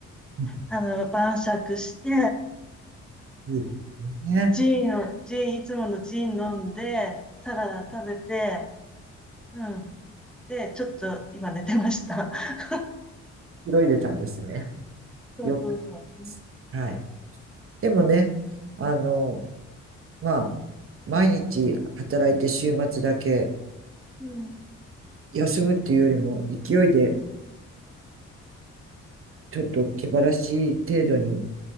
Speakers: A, on the right; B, in the centre.
A: うん
B: あの、晩酌して、
A: いいですね。
B: ジーンを、ジーン、いつものジーン飲んで、サラダ食べて、うん。で、ちょっと今寝てました。<laughs>
A: 広いでたんですね。
B: そうそうそう。
A: よくです。
B: う
A: はい。でもね、あの、まあ、毎日働いて週末だけ
B: ん。
A: 休むっていうよりも、勢いで
B: うん。
A: ちょっと気晴らしい程度に、